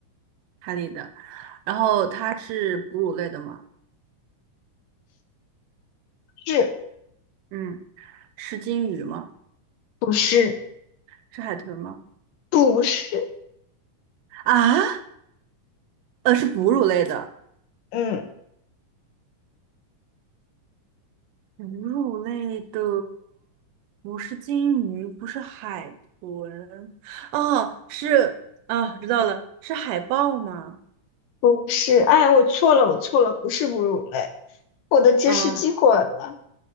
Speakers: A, on the right; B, on the left.
A: 海里的。然后它是哺乳类的吗？
B: 是
A: 嗯，是鲸鱼吗？
B: 不是
A: 是海豚吗？
B: 不是？
A: 啊，呃，是哺乳类的，
B: 嗯，
A: 哺乳类的，不是鲸鱼，不是海豚，哦，是啊，知道了，是海豹吗？
B: 不是。哎，我错了，我错了，不是哺乳类，我的知识记混了，
A: 啊